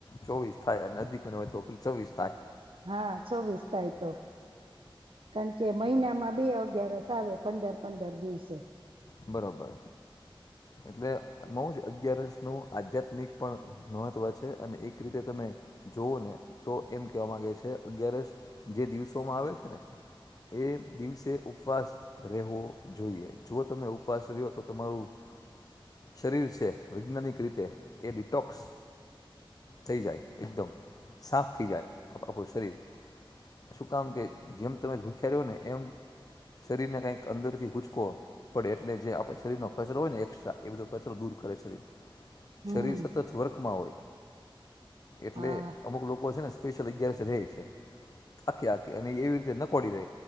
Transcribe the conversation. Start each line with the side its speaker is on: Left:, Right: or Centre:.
Left: ચોવીસ થાય અને અધિકને હોય તો ચોવીસ થાય
Right: હા ચોવીસ તાય તો કારણ કે મહિનામાં બે અગયારસ આવે પંદર પંદર દિવસે
Left: બરોબર એટલે એમાં હું છે અગિયારસનું આધ્યાત્મિક પણ મહત્વ છે અને એક રીતે તમે જોવ ને તો એમ કેવા માંગે છે અગયારસ જે દિવસોમાં આવે છે ને એ દિવસે ઉપવાસ રહેવો જોઈએ જો તમે ઉપવાસ રહ્યો તો તમારું શરીર છે વૈજ્ઞાનિક રીતે એ ડિટોક્સ થઈ જાય એકદમ સાફ થઈ જાય આપડુ શરીર શું કામ કે જેમ તમે ભૂખ્યા રહો ને એમ શરીર ને કઈક અંદર થી હુચકો પડે એટલે જે આપડે શરીરનો કચરો હોય ને એકક્સ્ટ્રા એ બધો કચરો દૂર કરે શરીર
Right: હમ
Left: શરીર સતત વર્ખમાં હોય એટલે
Right: હા
Left: અમુક લોકો છે ને સલી અગિયારસે રહે છે આખી આખી અને એવી રીતે નકોડી રહે